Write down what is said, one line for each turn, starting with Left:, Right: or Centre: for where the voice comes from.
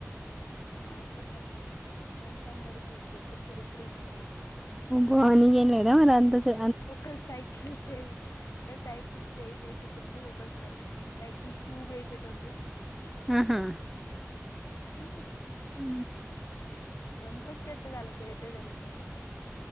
Left: ఆ అనుకుంటున్నావ్ ఆ ఫ్రెండ్స్ అందరికి గొప్ప చరిత్ర ఉన్నవాళ్ళు
Centre: బానీయలేదా ఏం మరి అంతా చె
Left: ఒకల్ సైకిల్ చే ఒక సైకిల్ చేయి వేషి టు ఒక సై సైకిల్ క్యూబ్ వేసేటోలు
Centre: ఆహా
Left: ఆ ఓ
Centre: ఊ
Left: దన్కొచ్చేత్త దళ్ళ చరిత్ర తెలిస్తే నీకు?